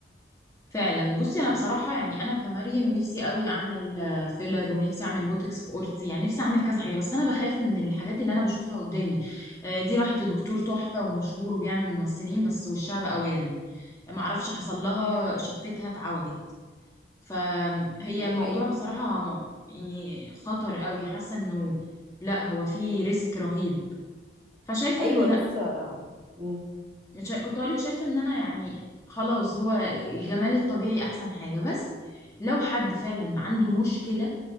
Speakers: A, on the left (about 15°); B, on the right (about 30°).
A: فعلا بصي انا بصراحه يعني انا كمريم نفسي قوي اعمل آه، فيلر ونفسي اعمل بوتوكس في قورتي يعني نفسي اعمل كذا حاجه بس انا بخاف من الحاجات اللي انا بشوفها قدامي آه، دي راحت لدكتور تحفه ومشهور وبيعمل ممثلين بس وشها بقى وارم معرفش حصل لها شفتها اتعوجت فهي
B: دي
A: موضوع
B: حقيقه
A: بصراحه يعني خطر قوي حاسه انه لا هو فيه ريسك رهيب فشايفه
B: ايوه
A: ان
B: لسه
A: لا
B: مم.
A: مش كنت هقولك شايفة ان انا يعني خلاص هو الجمال الطبيعي احسن حاجة بس لو حد فعلا عنده مشكلة